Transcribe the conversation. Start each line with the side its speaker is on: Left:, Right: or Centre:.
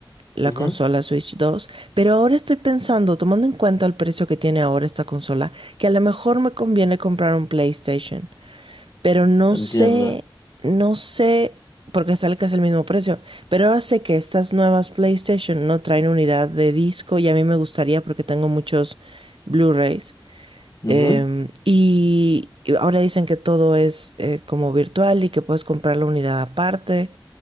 Right: la
Left: Ujú,
Right: consola Switch 2, pero ahora estoy pensando, tomando en cuenta el precio que tiene ahora esta consola, que a lo mejor me conviene comprar un PlayStation, pero no
Left: Entiendo.
Right: sé, no sé, porque sale casi el mismo precio, pero ahora sé que estas nuevas PlayStation no traen unidad de disco y a mí me gustaría porque tengo muchos Blu-rays,
Left: Ujú,
Right: Em, y y ahora dicen que todo es eh, como virtual y que puedes comprar la unidad aparte,